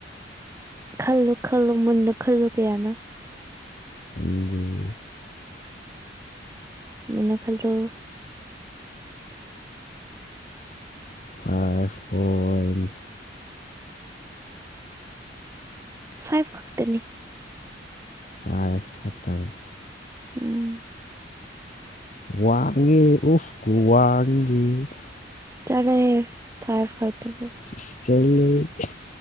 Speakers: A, on the right (about 15°); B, on the left (about 45°).
A: ꯈꯜꯂꯨ ꯈꯜꯂꯨ ꯃꯨꯟꯅ ꯈꯜꯂꯨ ꯀꯥꯌꯥꯅꯣ
B: ꯈꯪꯗꯦ
A: ꯃꯨꯟꯅꯥ ꯈꯥꯟꯂꯣ
B: <unintelligible>
A: ꯐꯥꯏꯚ ꯈꯛꯇꯅꯤ
B: <unintelligible>
A: ꯎꯝ
B: ꯋꯥꯡꯉꯦ ꯎꯁ <unintelligible>
A: <unintelligible>
B: <unintelligible>